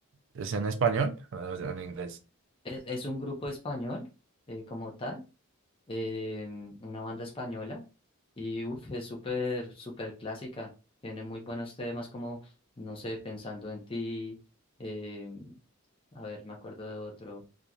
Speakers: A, on the right (about 55°); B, on the left (about 25°).
A: es en español o es en inglés?
B: Es, es un grupo español eh, como tal, em, una banda española y uf, es súper, súper clásica. Tiene muy buenos temas como, no sé, Pensando en ti, em, a ver, me acuerdo de otro,